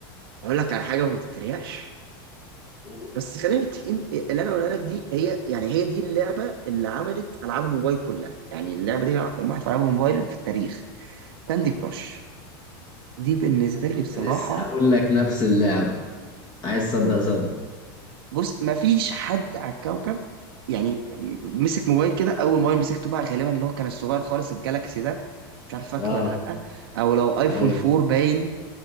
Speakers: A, on the right (about 75°); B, on the left (about 35°).
A: اقول لك على حاجه وما تتريقش
B: و-
A: بس خلينا متفقين اللي انا اقولها لك دي هي يعني هي دي اللعبه اللي عملت العاب الموبايل كلها يعني اللعبه دي هي رقم واحد في العاب الموبايل في التاريخ كاندي كراش دي بالنسبه لي
B: كنت
A: بصراحه
B: لسه هقول لك نفس اللعبة عايز
A: يعني
B: تصدق
A: بقول لك
B: صدق
A: بص ما فيش حد على الكوكب يعني م- مسك موبايل كده اول موبايل مسكته بقى غالبا اللي هو كان الصغير خالص الجالاكسي ده مش عارف فاكره
B: اه
A: ولا لا او لو ايفون
B: ايوه
A: 4 باين